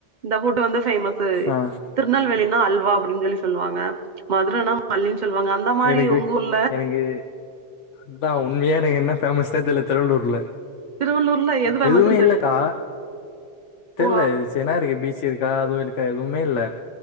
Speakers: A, on the right; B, on the left.
A: இந்த ஃபுட்டு வந்து ஃபேமஸு
B: ஆ
A: திருநெல்வேலி னா அல்வா அப்டீன்னு சொல்லி சொல்வாங்க மதுரன மல்லினு சொல்வாங்க அந்த மாரி
B: எனக்கு
A: உங்க ஊர்ல
B: எனக்கு அதா உண்மையா எனக்கு என்ன ஃபேமஸே தெர்ல திருவள்ளூர்ல
A: திருவள்ளூர்ல எது ஃபேமஸ்ன்னு
B: எதுவுமே
A: தெர்ல
B: இல்லக்கா தெர்ல
A: ஓ
B: இது செனாருக்கு பீ சி இருக்கா அதுவு இல் இருக்கா எதுவுமே இல்ல